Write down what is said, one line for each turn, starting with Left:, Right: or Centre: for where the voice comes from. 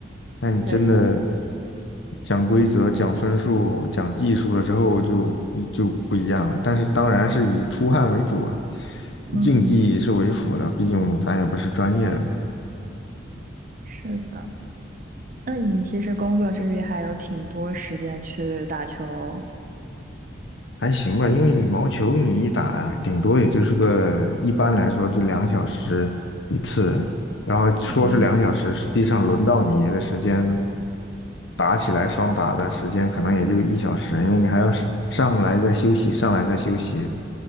Left: 但你真的
Right: 对，
Left: 讲规则、讲分数、讲技术了之后就，就不一样了。但是当然是以出汗为主啊，
Right: 嗯，
Left: 竞技是为辅的，毕竟咱也不是专业的。
Right: 是的。那你其实工作之余还有挺多时间去打球。
Left: 还行吧，因为羽毛球你一打，顶多也就是个，一般来说就两小时一次，然后说是两小时，
Right: 嗯
Left: 实际上轮到你的时间，打起来双打的时间可能也就一小时，因为你还要上上来再休息，上来再休息。